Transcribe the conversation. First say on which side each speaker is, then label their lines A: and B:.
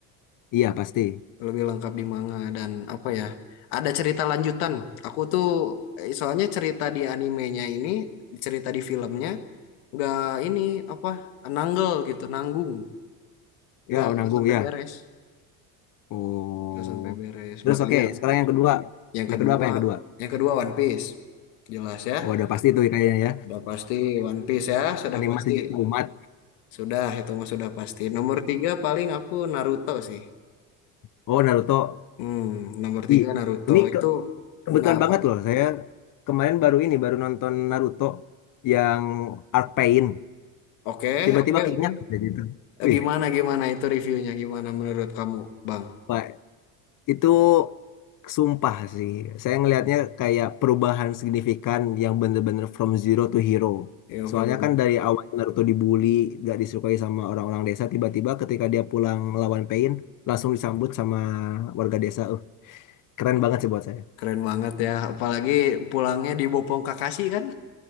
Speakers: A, on the left; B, on the left.
A: Iya, pasti.
B: lebih lengkap di manga dan apa ya? Ada cerita lanjutan. Aku tuh eh, soalnya cerita di animenya ini, cerita di filmnya nggak ini apa? Nanggel gitu, nanggung. nggak
A: Ya, oh, nanggung
B: nggak sampai
A: ya.
B: beres
A: Oh.
B: nggak sampai beres
A: Terus
B: makanya
A: oke, sekarang yang kedua.
B: yang
A: Yang
B: kedua
A: kedua apa yang kedua?
B: yang kedua One Piece jelas ya
A: Oh, udah pasti tuh kayaknya ya.
B: sudah pasti One Piece ya sudah
A: Animasi
B: pasti
A: Jatuh Umat.
B: sudah itu mah sudah pasti nomor tiga paling aku Naruto sih
A: Oh, Naruto.
B: hmm nomor tiga
A: Ih,
B: Naruto
A: ini
B: itu
A: ke Kebetulan
B: nah apa
A: banget loh, saya kemarin baru ini, baru nonton Naruto yang Arc Pain.
B: oke
A: Tiba-tiba
B: oke
A: keinget
B: oke
A: aja gitu.
B: Eh,
A: Wih,
B: gimana gimana itu reviewnya gimana menurut kamu Bang
A: Pak, itu sumpah sih. Saya ngelihatnya kayak perubahan signifikan yang bener-bener from zero to hero.
B: ya
A: Soalnya
B: Frozen
A: kan dari awal Naruto dibully, gak disukai sama orang-orang desa, tiba-tiba ketika dia pulang lawan Pain, langsung disambut sama warga desa. Uh, keren banget sih buat saya.
B: keren banget ya apalagi pulangnya dibopong Kakashi kan